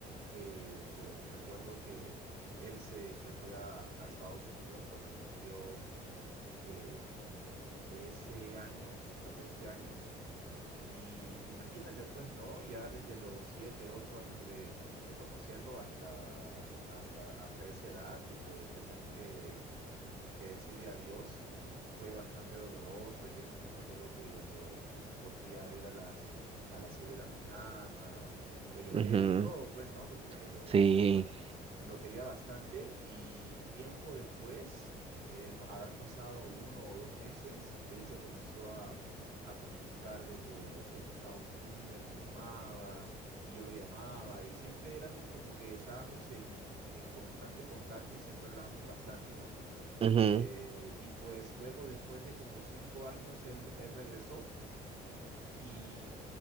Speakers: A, on the right (about 75°); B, on the right (about 35°).
A: que pues recuerdo que él se, se fue a, a Estados Unidos cuando cumplió que 13 años, 14 años. Y imagínate, pues, ¿no? Ya desde los 7 8 años de, de conocerlo hasta, hasta, hasta, hasta esa edad y pues tener que, que decirle adiós fue bastante doloroso. Y yo, me- yo me acuerdo que lo, lo fui a ver a las, a las 6 de la mañana, lo lloré
B: ujú,
A: y todo, pues, ¿no? Pues porque lo
B: Sí.
A: lo quería bastante y tiempo después, eh, pa- habrán pasado uno o dos meses, él se comenzó a, a comunicar desde, desde Estados Unidos, me llamaba y yo lo llamaba y siempre éramos como que estábamos en, en constante contacto y siempre hablábamos bastante, ¿no?
B: Ujú,
A: Eh, y pues luego, después de como cinco años, él, él regresó. Y